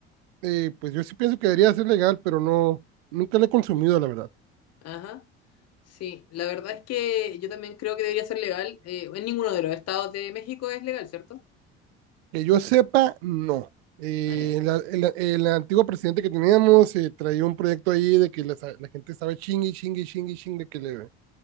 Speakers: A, on the right; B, on the left.
A: eh, pues yo sí pienso que debería ser legal, pero no, nunca la he consumido, la verdad.
B: Ajá. Sí, la verdad es que yo también creo que debería ser legal. eh, en ninguno de los estados de México es legal, ¿cierto?
A: Que yo sepa, no. Eh,
B: Ah, ya.
A: la- el, el antiguo presidente que teníamos eh, traía un proyecto ahí de que la, la gente estaba chingue, chingue, chingue, chingue que, le,